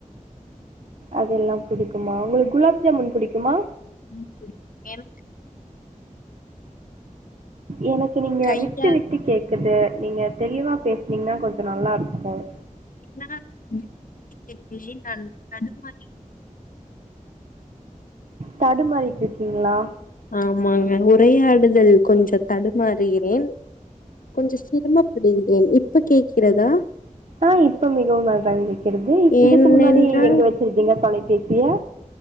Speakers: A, on the right (about 60°); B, on the left (about 80°).
A: அதெல்லாம் பிடிக்குமா உங்களுக்கு குலோப் ஜாமுன் பிடிக்குமா
B: உ எனக்
A: எனக்கு நீங்க
B: கையால்
A: விட்டு விட்டு கேக்குது நீங்க தெளிவா பேசுனீங்கன்னா கொஞ்சம் நல்லா இருக்கும்
B: என்னா இல்ல தோழி நான் தடுமாறினேன்
A: தடுமாறிட்டுருக்கீங்ளா
B: ஆமாங்க உரையாடுதல் கொஞ்சம் தடுமாறுகிறேன் கொஞ்சம் சிரமப்படிகிகறேன் இப்ப கேள் க்கிறதா
A: ஆஹ் இப்ப மிகவும் நன்றாக கேட்கிறது
B: ஏனென்றால்
A: இதுக்கு முன்னாடி எங்க வச்சிருந்தீங்க தொலைபேசி யே